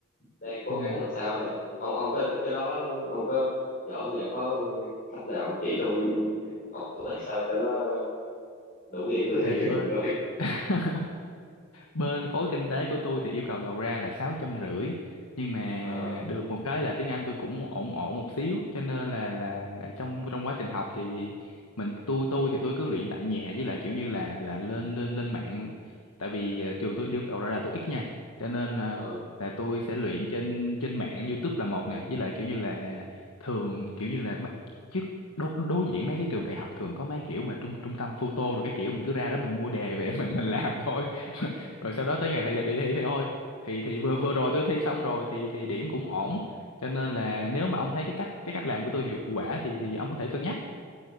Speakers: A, on the left; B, on the left.
A: đang cố
B: ừ
A: gắng làm sao nè ông ông có cái đó ông có giỏi không vậy có cách nào ông chỉ tôi học tôi ít sao cho nó đủ điểm tôi ra
B: thì
A: trường
B: bên
A: coi
B: <laughs> bên khối kinh tế của tôi thì yêu cầu đầu ra là sáu trăm rưỡi nhưng mà
A: Ờ
B: được một cái là tiếng Anh tôi cũng ổn ổn một xíu cho nên là là trong trong quá trình học thì mình tôi tôi thì tôi cứ luyện tại nhà với lại kiểu như là là lên lên lên mạng tại vì ờ, trường tôi yêu cầu ra là tôi ít nha cho nên là
A: ừ
B: là tôi sẽ luyện trên trên mạng YouTube là một nè với lại kiểu như là thường kiểu như là mấy- trước đối, đối diện mấy cái trường đại học thường có mấy kiểu mà trung trung tâm photo rồi cái kiểu mình cứ ra đó mình mua đề về <laughs> mình mình làm thôi rồi sau đó tới ngày thi là đi thi thì thôi thì thì vừa
A: ủa
B: vừa rồi tôi thi xong rồi thì thì điểm cũng ổn cho nên là nếu mà ông thấy cái cách cái cách làm của tôi hiệu quả thì thì ông có thể cân nhắc